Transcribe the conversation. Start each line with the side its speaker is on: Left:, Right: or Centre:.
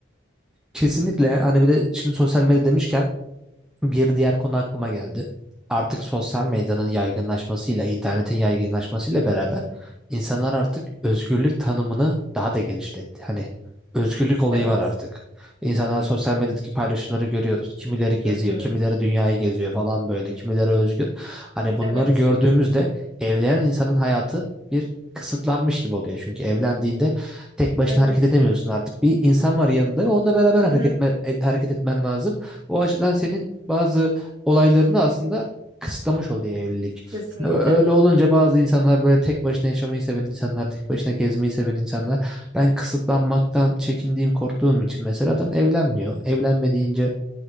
Centre: Kesinlikle hani bir de şimdi sosyal medya demişken Bir diğer konu aklıma geldi. Artık sosyal medyanın yaygınlaşmasıyla, internetin yaygınlaşmasıyla beraber insanlar artık özgürlük tanımını daha da genişletti. Hani özgürlük olayı
Right: Evet.
Centre: var artık. İnsanlar sosyal medyadaki paylaşımları görüyoruz. Kimileri geziyor,
Right: Hı hı.
Centre: kimileri dünyayı geziyor falan böyle, kimileri özgür. Hani bunları
Right: Evet.
Centre: gördüğümüzde evlenen insanın hayatı bir kısıtlanmış gibi oluyor. Çünkü evlendiğinde tek başına
Right: Evet.
Centre: hareket edemiyorsun artık. Bir insan var yanında ve onunla beraber
Right: Hı hı.
Centre: hareket, etme- hareket etmen lazım. O açıdan senin bazı olaylarını aslında kısıtlamış oluyor evlilik.
Right: Kesinlikle.
Centre: Şimdi ö- öyle olunca bazı insanlar böyle tek başına yaşamayı seven insanlar, tek başına gezmeyi seven insanlar. Ben kısıtlanmaktan çekindiğim, korktuğum için mesela adam evlenmiyor. Evlenmediğince